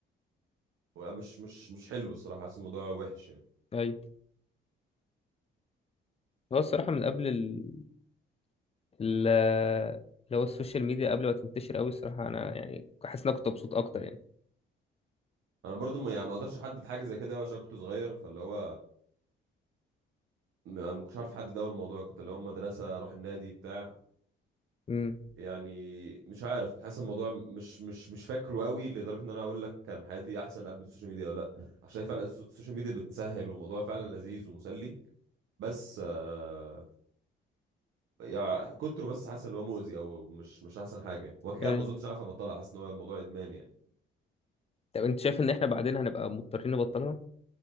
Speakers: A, on the right; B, on the left.
A: مش مش مش حلو الصراحه حاسس الموضوع وحش يعني
B: ايوه هو الصراحه من قبل ال ال اللي هو السوشيال ميديا قبل ما تنتشر قوي الصراحه انا يعني حاسس ان انا كنت مبسوط اكتر يعني
A: انا برضو ما يعني ما اقدرش احدد حاجه زي كده أوي عشان كنت صغير فاللي هو ما ما كنتش عارف احدد اول الموضوع كنت اللي هو مدرسه اروح النادي بتاع
B: امم
A: يعني مش عارف كنت حاسس الموضوع مش مش مش فاكره قوي لدرجه ان انا اقول لك كان حياتي احسن قبل السوشيال ميديا ولا لا عشان فعلا الس- السوشيال ميديا بتسهل والموضوع فعلا لذيذ ومسلي بس آه يعني كتره بس حاسس ان هو مؤذي او مش مش احسن حاجه وكده كده
B: ايوه
A: ما اظنش عارف ابطلها حاسس ان هو الموضوع ادمان يعني
B: طب انت شايف ان احنا بعدين هنبقى مضطرين نبطلها